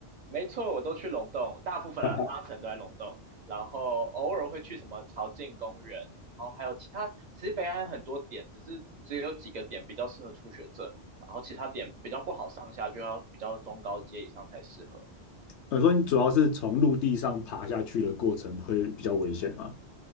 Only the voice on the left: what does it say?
<laughs>
我说你主要是从陆地上爬下去的过程会比较危险吗？